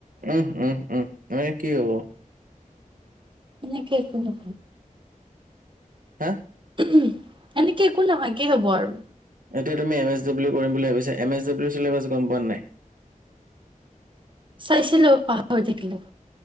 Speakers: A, on the right (about 80°); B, on the right (about 35°).
A: উম উম উম মই কি হ'ব
B: এনেকে কেছ নো
A: হা।
B: উ এনেকে একো নহয় কি হব আৰু।
A: এতিয়া তুমি এম এছ ডাব্লিউ কৰিম বুলি ভাবিছা এম এছ ডাব্লিউ চিলেবাছ গম পোৱা নাই
B: চাইছিলোঁ পাহৰি থাকিলো।